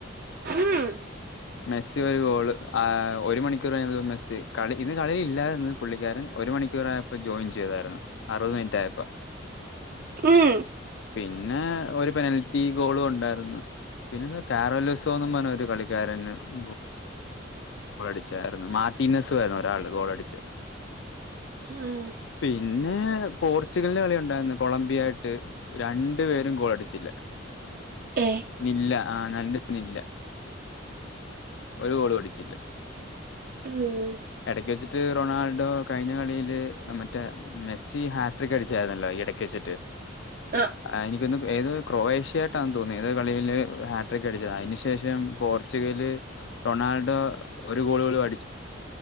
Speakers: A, on the right (about 50°); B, on the left (about 70°).
A: ഉം
B: മെസ്സി ഒരു ഗോള് ആഹ് ഒരു മണിക്- കൂറ്കഴിഞ്ഞപ്പം മെസ്സി കളി ഇന്ന്കളിയില്ലായിര്ന്നുപുള്ളിക്കാരൻ ഒരു മണിക്കൂറായപ്പം ജോയിൻ ചെയ്തായിരുന്നു അറുപത് മി എന്തായപ്പാ
A: ഉം
B: പിന്നെ ഒരു പെനൽറ്റി ഗോളും ഒണ്ടാരുന്നു, പിന്നെ കാരോലിസോംന്ന് പറഞ്ഞൊരു കളി കാരനോ ഗോ ളടിച്ചാരുന്നു. മാർട്ടീനസുയിരുന്നു ഒരാള് ഗോളടിച്ചേ.
A: ഉം
B: പിന്നെ പോർ ച്ചുഗലിന്റെ കളി ഒണ്ടായിരുന്നു കൊളംബിയയായിട്ട്. രണ്ടു പേരും ഗോളടിച്ചില്ല.
A: ഏ
B: നില്ല ആഹ് നല്ലനില്ല. ഒരു ഗോളും അടിച്ചില്ല.
A: ഉം
B: എടക്ക് വെച്ചിട്ട് റൊണാൾഡോ കഴിഞ്ഞ കളിയില് മറ്റേ മെസ്സി ഹാട്രിക് അടിച്ചായിരുന്നല്ലോ? ഇടക്ക് വെച്ചിട്ട്
A: ആ
B: <unintelligible> പിന്നെ ഏതോ ഒരു ക്രൊയേഷ്യായിട്ടാന്ന് തോന്നുന്നു ഏതോ കളിയില് ഹാട്രിക് അടിച്ചത്. അതിന്ശേഷം പോർച്ചുഗല് റൊണാൾഡോ ഒരു ഗോള് പോലും അടിച്ചി